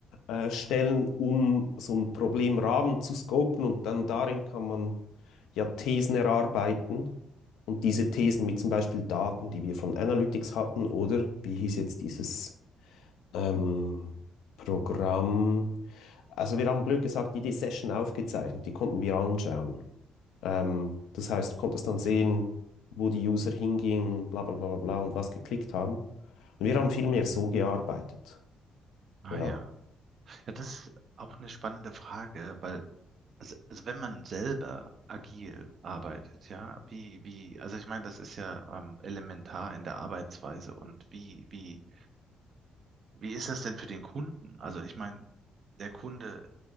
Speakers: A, on the left (about 85°); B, on the right (about 55°).
A: äh, stellen, um so einen Problemrahmen zu scopen und dann darin kann man ja Thesen erarbeiten. Und diese Thesen mit zum Beispiel Daten, die wir von Analytics hatten, oder wie hieß jetzt dieses ähm, Programm? Also wir haben blöd gesagt, jede Session aufgezeichnet, die konnten wir anschauen. Ähm, das heißt, du konntest dann sehen, wo die User hingingen, bla bla bla bla und was geklickt haben. Und wir haben viel mehr so gearbeitet.
B: Ah
A: Ja,
B: ja. Ja, das ist auch eine spannende Frage, weil, also, also wenn man selber agil arbeitet, ja, wie, wie, also ich meine, das ist ja ähm, elementar in der Arbeitsweise und wie, wie, wie ist das denn für den Kunden? Also ich meine, der Kunde